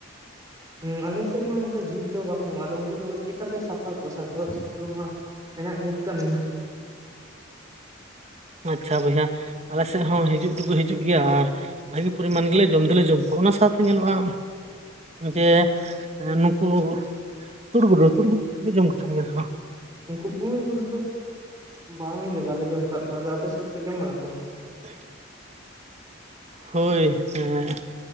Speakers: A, on the right; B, on the right.
A: ᱦᱩᱸ ᱟᱞᱮ ᱥᱮᱫ ᱢᱟ ᱚᱱᱠᱟ ᱡᱷᱤᱠ ᱫᱚ ᱵᱟᱠᱚ ᱧᱟᱢᱚᱜᱼᱟ ᱟᱫᱚ ᱩᱱᱠᱩ ᱫᱚ ᱪᱮᱫᱠᱟᱯᱮ ᱥᱟᱯᱷᱟ ᱠᱚᱣᱟ ᱥᱟᱯᱷᱟ ᱥᱩᱛᱨᱚ ᱢᱟ? ᱢᱮᱱᱟᱜ ᱜᱮᱭᱟ ᱠᱟᱹᱢᱤ
B: ᱟᱪᱪᱷᱟ ᱵᱚᱭᱦᱟ ᱟᱞᱮ ᱥᱮᱫ ᱦᱚᱸ ᱦᱤᱡᱩᱜ ᱫᱚᱠᱚ ᱦᱤᱡᱩᱜ ᱜᱮᱭᱟ᱾ ᱟᱨ ᱵᱷᱟᱜᱮ ᱯᱚᱨᱤᱢᱟᱱ ᱜᱮᱞᱮ ᱡᱚᱢ ᱫᱚᱞᱮ ᱡᱚᱢ ᱠᱚᱣᱟ ᱚᱱᱟ ᱥᱟᱶᱛᱮ ᱧᱮᱞᱚᱜᱼᱟ ᱡᱮ ᱦᱮᱸ ᱱᱩᱠᱩ ᱛᱩᱲ ᱜᱩᱰᱩ ᱛᱩᱲ ᱜᱩᱰᱩ ᱫᱚᱯᱮ ᱡᱚᱢ ᱠᱚ ᱛᱟᱦᱮᱸᱱ ᱜᱮᱭᱟ ᱥᱮ ᱵᱟᱝ?
A: ᱩᱱᱠᱩ ᱵᱷᱩᱥ ᱜᱩᱰᱩ ᱵᱟᱝᱜᱮ ᱵᱟᱞᱮ ᱡᱚᱢ ᱟᱠᱟᱫ ᱠᱚᱣᱟ ᱟᱫᱚ ᱟᱯᱮ ᱥᱮᱫ ᱫᱚᱯᱮ ᱡᱚᱢ ᱵᱟᱲᱟ ᱠᱚᱣᱟ?
B: <unintelligible> ᱦᱳᱭ ᱦᱮᱸ